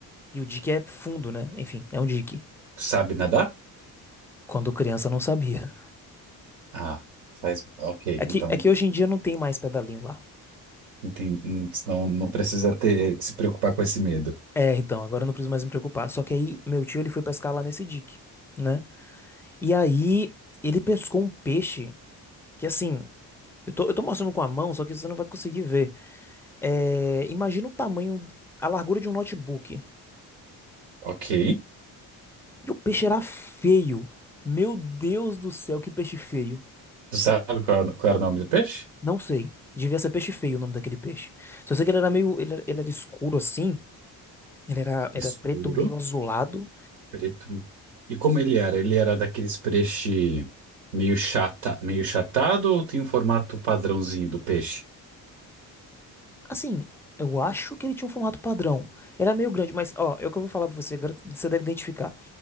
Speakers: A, in the centre; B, on the right.
A: E o dique é fundo, né? Enfim, é um dique.
B: Tu sabe nadar?
A: Quando criança, eu não sabia.
B: Ah, faz. Ok,
A: É
B: então
A: que, é que hoje em dia não tem mais pedalinho lá.
B: enten- não, não precisa ter se preocupar com esse medo.
A: É, então, agora eu não preciso mais me preocupar. Só que aí, meu tio, ele foi pescar lá nesse dique, né? E aí, ele pescou um peixe que, assim, eu tô, eu tô mostrando com a mão, só que você não vai conseguir ver. É, imagina o tamanho, a largura de um notebook.
B: Ok.
A: E o peixe era feio. Meu Deus do céu, que peixe feio.
B: Tu sabe qual, qual era o nome do peixe?
A: Não sei. Devia ser peixe feio o nome daquele peixe. Só sei que ele era meio. Ele, era- ele era escuro assim. Ele era, era
B: Escuro.
A: preto, meio azulado.
B: Preto. E como
A: E,
B: ele era? Ele era daqueles peixe meio chata, meio chatado ou tem um formato padrãozinho do peixe?
A: assim, eu acho que ele tinha um formato padrão. Ele era meio grande, mas, ó, é o que eu vou falar pra você agora. Você deve identificar.